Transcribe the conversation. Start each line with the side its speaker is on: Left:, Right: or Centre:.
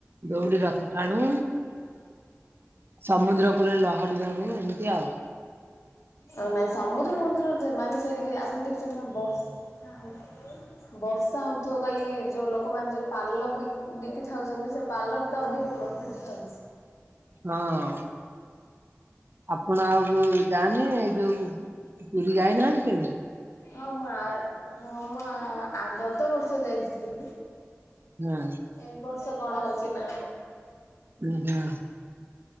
Right: ଦଉଡ଼ି ରଥ ଟାଣୁ। ସମୁଦ୍ର କୂଳରେ ଲହଡ଼ି ଭାଙ୍ଗୁ ଏମିତି ଆଉ।
Left: ଅ ନାଇଁ ସମୁଦ୍ର ଫମୁଦ୍ର ଦେ ମାନେ ସେଇଠିକି ଆପଣ ଦେଖିଛନ୍ତି ନା ବର୍ଷା ହବ। ବର୍ଷା ହଉଥିବ କହି କି ଯୋଉ ଲୋକମାନେ ଯୋଉ ପାଲ ବି ବିକି ଥାଉଚନ୍ତି ସେ ପାଲର ତ ଅଧିକ ପ୍ରଫିଟ୍ ଥାଉଛି।
Right: ନାଉଁ। ଆପଣ ଆଉ କୁ ଯାଆନି ଏଇ ଯୋଉ ପୁରୀ ଯାଇନାହାନ୍ତି କି?
Left: ହଁ ମୁଁ ଆ ହଁ ମୁଁ ଆ ଆ ଗତ ବର୍ଷ ଯାଇଥିଲି।
Right: ନା।
Left: ଏ ବର୍ଷ କଣ ହଉଛି ନା।
Right: ଉଁ ହୁଁ।